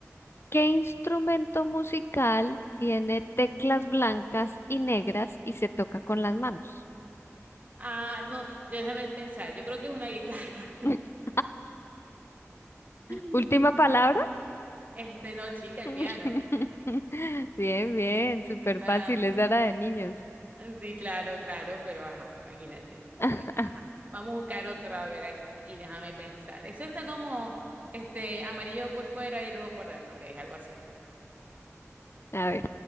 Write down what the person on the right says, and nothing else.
Ah, no, ya déjame pensar. Yo creo que es una guitarra.
<laughs>
Este, no, chica, el
piano.
Ah,
Sí, claro, claro, pero ajá, imagínate.
Ajá, vamos a buscar otro, a ver aquí, déjame pensar. Eso está como este amarillo por fuera y rojo por dentro, que es algo así.